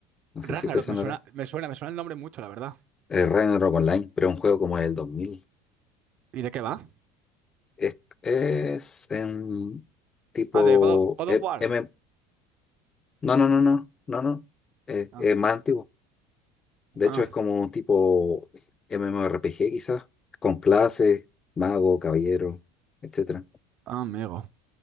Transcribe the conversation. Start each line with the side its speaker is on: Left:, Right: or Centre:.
Left: No sé
Right: Ragnarok,
Left: si te sonará.
Right: me suena, me suena, me suena el nombre mucho, la verdad.
Left: Eh, Ragnarok Online, pero un juego como el 2000.
Right: ¿Y de qué va?
Left: Es, es em, tipo...
Right: Ah, de God of, God
Left: eh,
Right: of War.
Left: M- no, no, no, no, no, no. Eh,
Right: Ah,
Left: es más antiguo. De
Right: ah,
Left: hecho, es como un tipo MMORPG quizás, con clases, mago, caballero, etcétera.
Right: ah, amigo.